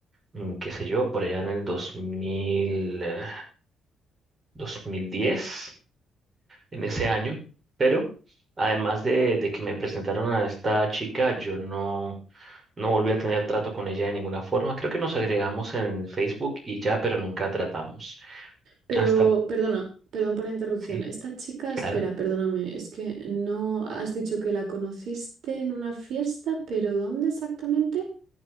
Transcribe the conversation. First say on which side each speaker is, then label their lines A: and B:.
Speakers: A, on the right (about 35°); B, on the right (about 70°).
A: mm, qué sé yo, por allá en el 2000, eh, 2010. en ese año, pero además de, de que me presentaron a esta chica, yo no, no volví a tener trato con ella de ninguna forma. Creo que nos agregamos en Facebook y ya, pero nunca tratamos.
B: Pero,
A: Hasta,
B: perdona, perdón por la interrupción.
A: sí,
B: Esta chica, espera,
A: claro.
B: perdóname, es que no has dicho que la conociste en una fiesta, pero ¿dónde exactamente?